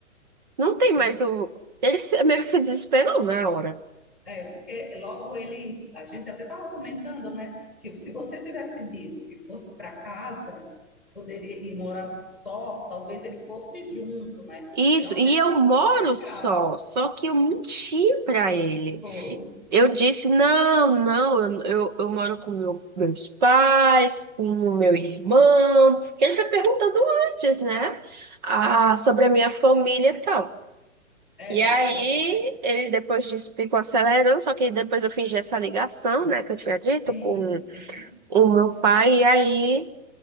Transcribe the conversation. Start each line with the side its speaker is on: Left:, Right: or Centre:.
Right: não tem mais
Centre: É porque,
Right: o. Ele se- meio que se desesperou na hora.
Centre: é porque logo ele, a gente até estava comentando, né, que se você tivesse dito que fosse para casa, poderia e morasse só, talvez ele fosse junto, né?
Right: Isso,
Centre: Era uma
Right: e
Centre: situação
Right: eu moro
Centre: complicada.
Right: só, só que eu menti para ele.
Centre: Foi.
Right: Eu disse, não, não, eu, eu, eu moro com meu- meus pais, com o meu irmão, que a gente vai perguntando antes, né? Ah, sobre a minha família e tal.
Centre: É,
Right: E aí,
Centre: foi exatamente.
Right: ele depois disso ficou acelerando, só que depois eu fingi essa ligação, né, que eu tinha dito
Centre: Sim,
Right: com
Centre: sim.
Right: o meu pai, e aí,